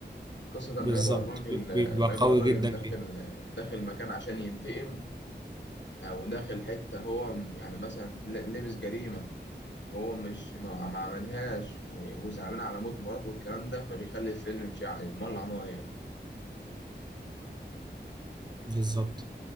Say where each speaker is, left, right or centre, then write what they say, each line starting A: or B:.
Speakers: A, on the left; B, on the right.
A: قصة لما
B: بالظبط
A: يبقى الراجل
B: بي-
A: لما
B: بيبقى
A: يبقى
B: قوي
A: الراجل
B: جدا
A: داخل
B: فيه
A: داخل مكان عشان ينتقم أو داخل حتة هو م- يعني مثلا ل- لبس جريمة هو مش ما ما عملهاش و- وزعلان على موت مراته والكلام ده فبيخلي الفيلم مشعل مولع نار يعني
B: بالظبط